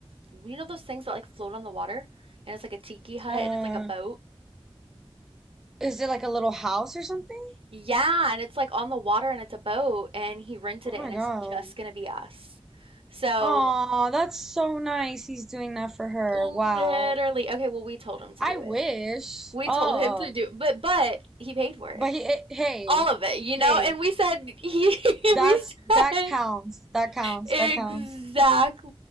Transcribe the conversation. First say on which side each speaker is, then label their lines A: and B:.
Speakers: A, on the right (about 65°); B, in the centre.
A: you know those things that like float on the water and it's like a tiki hut
B: Uh,
A: and it's like a boat?
B: is it like a little house or something?
A: Yeah, and it's like on the water and it's a boat and he rented
B: Oh
A: it
B: my
A: and it's
B: God.
A: just gonna be us. So
B: Oh, that's so nice. He's doing that for her.
A: literally,
B: Wow.
A: okay, well we told him to
B: I
A: do
B: wish.
A: it. We
B: Oh,
A: told him to do but but he paid for it.
B: but he, eh, hey,
A: All of it, you
B: hey,
A: know? And we said he <laughs>
B: that's
A: we
B: that
A: said
B: counts. That counts.
A: Exactly.
B: That counts.